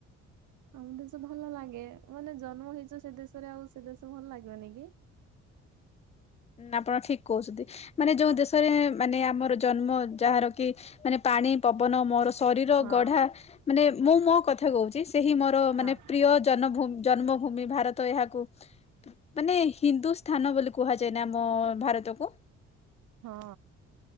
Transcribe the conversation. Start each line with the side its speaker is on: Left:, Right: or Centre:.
Right: ଆମ ଦେଶ ଭଲ ଲାଗେ, ମାନେ ଜନ୍ମ ହେଇଛ ସେ ଦେଶରେ ଆଉ ସେ ଦେଶ ଭଲ ଲାଗିବନି କି।
Left: ଆପଣ ଠିକ୍ କହୁଛନ୍ତି। ମାନେ ଯୋଉ ଦେଶରେ ମାନେ ଆମର ଜନ୍ମ ଯାହାର କି ମାନେ ପାଣି ପବନ ମୋର ଶରୀର
Right: ହଁ
Left: ଗଢା ମାନେ ମୁଁ ମୋ କଥା କହୁଛି, ସେ ହିଁ ମୋର
Right: ହଁ।
Left: ମାନେ ପ୍ରିୟ ଜନଭୂ ଜନ୍ମଭୂମି ଭାରତ ତ ଏହାକୁ ମାନେ ହିନ୍ଦୁ ସ୍ଥାନ ବୋଲି କୁହାଯାଏ ନା ଆମ ଭାରତକୁ?
Right: ହଁ।